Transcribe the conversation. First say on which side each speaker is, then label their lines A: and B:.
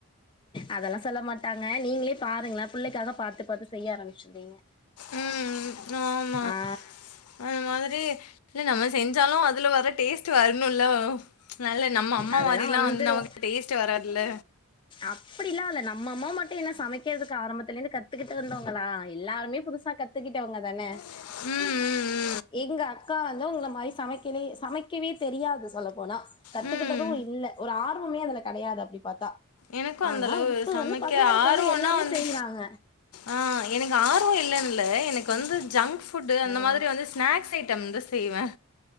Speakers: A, on the left (about 20°); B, on the left (about 75°).
A: அதெல்லா சொல்ல மாட்டாங்க நீங்களே பாருங்கள புள்ளைக்காக பாத்து பாத்து செய்ய ஆரம்பிச்சிருவீங்க
B: உம் ஆமா
A: ஆ
B: அது மாதிரி இல்ல நம்ம செஞ்சாலும் அதுல வர டேஸ்ட் வரணும்ல்ல நல்ல நம்ம அம்மா
A: அதெல்லா
B: மாரிலாம்
A: வந்துரு
B: வந்து நமக்கு டேஸ்ட் வராதுல்ல
A: அப்படிலா இல்ல நம்ம அம்மா மட்டும் என்ன சமைக்கிறதுக்கு ஆரம்பத்துலேந்து கத்துக்கிட்டு வந்தவங்களா எல்லாருமே பு புதுசா கத்துக்கிட்டவங்க தானே
B: உம் உம் உம்
A: எங்க அக்கா வந்து உங்கள மாரி சமைக்கலே சமைக்கவே தெரியாது சொல்ல போனா கத்துக்கிட்டதும்
B: ம். ம்.
A: இல்ல ஒரு ஆர்வமே அதுல கடையாது அப்டி பாத்தா
B: எனக்கும் அந்த
A: ஆனா
B: அளவு
A: இப்ப
B: சமைக்க
A: வந்து பசங்களுக்காக
B: ஆர்வம்னா
A: எல்லாமே
B: வந்து
A: செய்றாங்க
B: ஆ எனக்கு ஆர்வம் இல்லன்னுல எனக் வந்து ஜங்க் ஃபுடு அந்த மாரி
A: ஆ
B: வந்து ஸ்னாக்ஸ் ஐட்டம் வந்து செய்வ